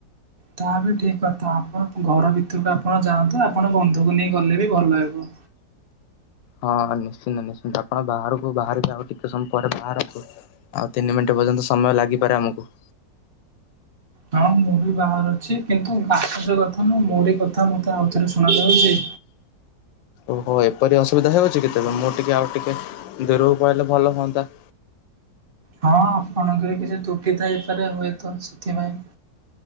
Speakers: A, on the right; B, on the left.
A: ତା ବି ଠିକ୍ କଥା ଆପଣ ଘର ଭି ତୁରୁକୁ ଆପଣ ଯାଆନ୍ତୁ ଆପଣ ବନ୍ଧୁକୁ ନେଇ ଗଲେ ବି ଭଲ ହେବ।
B: ହଁ ନିଶ୍ଚିନ୍ତ ନିଶ୍ଚିନ୍ତ ଆପଣ ବାହାରକୁ ବାହାରିବେ ଆଉ ଟିକେ ସମୟ ପରେ ବାହାରନ୍ତୁ। ଆଉ ତିନି ମିନିଟ ପର୍ଯ୍ୟନ୍ତ ସମୟ ଲାଗିପାରେ ଆମୁକୁ।
A: ହଁ ମୁଁ ବି ବାହରୁଚି କିନ୍ତୁ ଆଶ୍ଚର୍ଯ୍ୟ କଥା ମୁଁ ମୋରି କଥା ମତେ ଆଉ ଥରେ ଶୁଣାଯାଉଚି।
B: ଓହୋ ଏପରି ଅସୁବିଧା ହେଉଚି କି? ତେବେ ମୁଁ ଟିକେ ଆଉ ଟିକେ ଦୂରକୁ ପଳେଇଲେ ଭଲ ହୁଅନ୍ତା। ହ
A: ହଁ ଆପଣଙ୍କରବି କିଛି ତୁଟି ଥାଇପାରେ ହୁଏତ ସେଥିପାଇଁ।